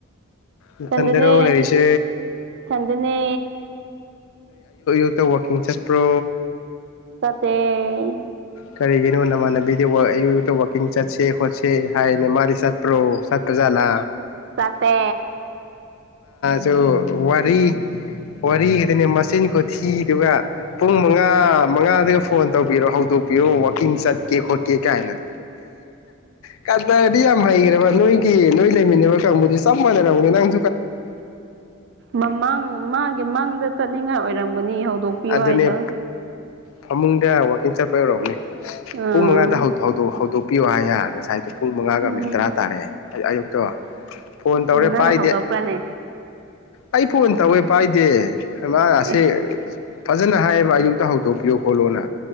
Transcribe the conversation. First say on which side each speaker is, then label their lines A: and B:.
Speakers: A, on the left; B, on the right.
A: ꯅꯊꯟꯗꯔꯣ
B: ꯆꯗꯅꯦ
A: ꯂꯩꯔꯤꯁꯦ
B: ꯆꯗꯅꯦ
A: ꯨ ꯇ ꯋꯥꯋꯀꯤꯡ ꯆꯠꯄ꯭ꯔꯣ
B: <inaudible>
A: ꯀꯔꯤꯒꯤꯅꯣ ꯅꯃꯥꯟꯅꯕꯤꯗꯤꯌ ꯋꯥꯛꯀꯤꯡ ꯆꯠꯁꯦ ꯈꯣꯠꯁꯦ ꯍꯥꯏꯅꯦ ꯃꯥꯗꯤ ꯆꯠꯄ꯭ꯔꯣ ꯆꯠꯄꯠ ꯆꯂ
B: ꯆꯇꯦ
A: ꯁꯨ ꯋꯥꯔꯤ ꯋꯥꯔꯤ ꯈꯗꯅꯦ ꯃꯆꯤꯟ ꯀꯣꯊꯤꯗꯨꯒ ꯄꯨꯡ ꯃꯉꯥ ꯃꯉꯥꯗꯒ ꯐꯣꯟ ꯇꯧꯕꯤꯔꯣ ꯍꯧꯗꯣꯛꯄꯤꯔꯣ ꯋꯥꯀꯤꯡꯁ ꯀꯦ ꯍꯣ ꯀꯦ ꯀꯦꯅ ꯀꯗꯗꯤ ꯌꯥꯝ ꯍꯩꯈ꯭ꯔꯦꯕ ꯅꯣꯏꯒꯤ ꯅꯣꯏ ꯂꯩꯃꯤꯟꯅꯕ ꯀꯥꯡꯕꯨꯗꯤ ꯆꯞ ꯃꯥꯟꯅꯔꯝꯝꯕꯅꯤ ꯅꯪ
B: ꯃꯃꯥꯡ ꯃꯥꯥꯡꯒꯤꯦ ꯃꯥꯡꯗ ꯆꯠꯅꯤꯡꯉꯥꯏ ꯑꯣꯏꯔꯝꯒꯅꯤ ꯍꯧꯗꯣꯛꯄꯤꯌꯨ
A: ꯑꯗꯨꯅꯦ
B: ꯍꯥꯏꯗ
A: ꯐꯃꯨꯡꯗ ꯋꯥꯛꯀꯤꯡ ꯆꯠꯄ ꯌꯧꯔꯔꯕꯅꯦ
B: ꯑꯥ
A: ꯄꯨꯡ ꯃꯉꯥꯗ ꯍꯧꯗꯣꯛꯄꯤꯌꯣ ꯍꯥꯏꯌꯥ ꯉꯁꯥꯏꯗꯣ ꯄꯨꯡ ꯃꯉꯥꯒ
B: ꯎꯝ
A: ꯃꯤꯠ ꯇꯔꯥ ꯇꯥꯔꯦ ꯑꯌꯨꯛꯇꯣ ꯐꯣꯟ ꯇꯧꯔꯦ
B: ꯅꯪꯅ
A: ꯄꯥꯏꯗꯦ
B: ꯍꯧꯗꯣꯛꯄ꯭ꯔꯥꯅꯦ
A: ꯑꯩ ꯐꯣꯟ ꯇꯧꯋꯦ ꯄꯥꯏꯗꯦ ꯃꯥꯁ
B: ꯑꯦꯁ
A: ꯐꯖꯅ ꯍꯥꯏꯌꯦꯕ ꯑꯌꯨꯛꯇ ꯍꯧꯗꯣꯛꯄꯤꯌꯨ ꯈꯣꯠꯂꯣꯅ